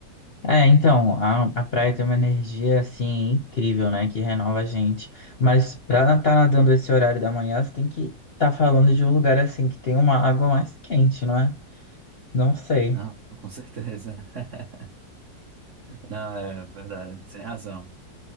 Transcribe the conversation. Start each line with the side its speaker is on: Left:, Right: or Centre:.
Left: É, então, a, a praia tem uma energia assim incrível, né? Que renova a gente. Mas pra estar tá nadando esse horário da manhã, você tem que estar tá falando de um lugar assim que tem uma água mais quente, não é? Não sei.
Right: Não, com certeza. <laughs> Não, é verdade, sem razão.